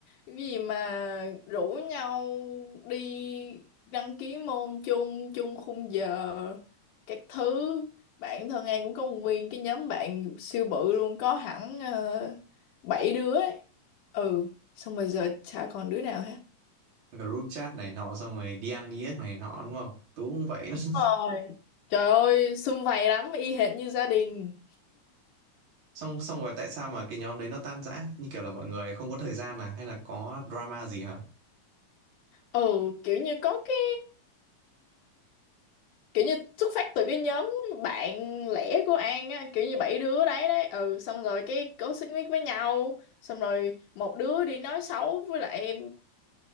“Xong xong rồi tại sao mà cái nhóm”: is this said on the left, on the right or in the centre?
Right